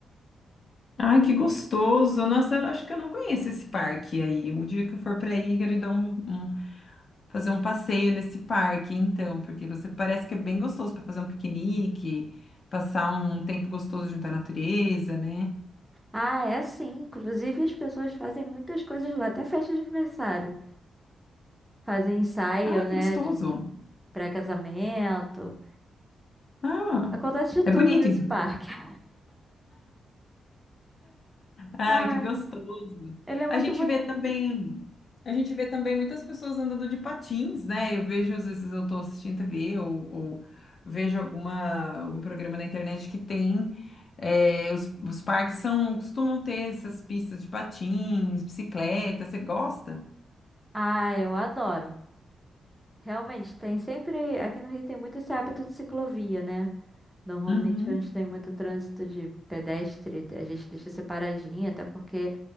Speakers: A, on the left; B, in the centre.
A: Ai, que gostoso! Nossa, eu acho que eu não conheço esse parque aí. O dia que eu for para aí, quero dar um, um fazer um passeio nesse parque, então, porque você parece que é bem gostoso para fazer um piquenique, passar um tempo gostoso junto à natureza, né?
B: Ah, é sim. Inclusive, as pessoas fazem muitas coisas lá, até festa de aniversário. Fazem ensaio,
A: Ah,
B: né?
A: que gostoso!
B: pré-casamento.
A: Ah,
B: Acontece de tudo
A: é bonito,
B: nesse parque. <laughs>
A: Ai,
B: Ai,
A: que gostoso.
B: ele é muito
A: A gente
B: bonito.
A: vê também, a gente vê também muitas pessoas andando de patins, né? Eu vejo, às vezes eu tô assistindo TV ou, ou vejo alguma, algum programa na internet que tem. é, os, os parques são, costumam ter essas pistas de patins, bicicleta. Você gosta?
B: Ah, eu adoro. Realmente, tem sempre. Aqui no Rio tem muito esse hábito de ciclovia, né? Normalmente,
A: Uhum.
B: onde tem muito trânsito de pedestre, a gente deixa separadinha, até porque